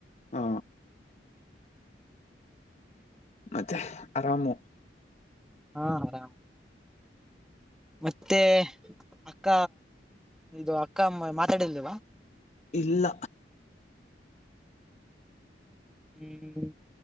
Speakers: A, on the left; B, in the centre.
A: ಹ ಮತ್ತೆ ಅರಾಮು
B: ಹಾ ಆರಾಮ್ ಮತ್ತೆ ಅಕ್ಕ ಇದು ಅಕ್ಕ ಅಮ್ಮ ಮಾತಾಡಿರ್ಲಿಲವ
A: ಇಲ್ಲ
B: ಹ್ಮ್